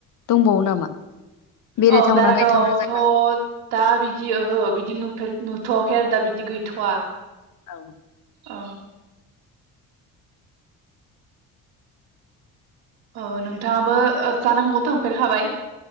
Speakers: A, on the left; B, on the right.
A: दंबावो नामा? बेरायथावना
B: औ दारागावआवथ'
A: नायथावना जायगा
B: दा बि दि ओहो बिदि नुफेर नुथ'वाखै आरो दा बिदि गैथ'वा
A: औ
B: औ औ नोंथाङाबो ओ जानांगौ थांफेरखाबाय?